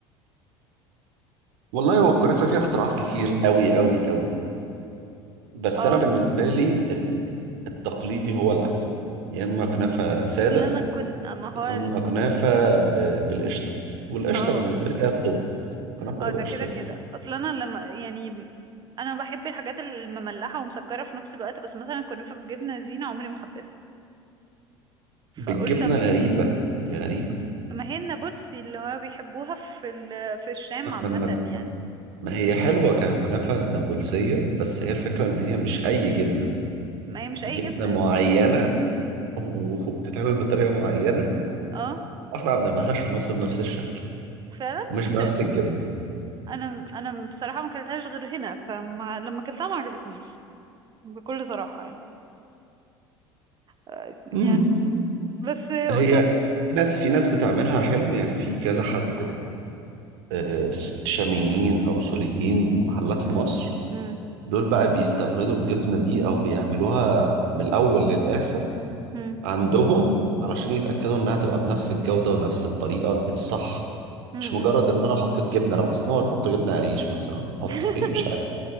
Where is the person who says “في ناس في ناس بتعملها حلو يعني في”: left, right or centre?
Right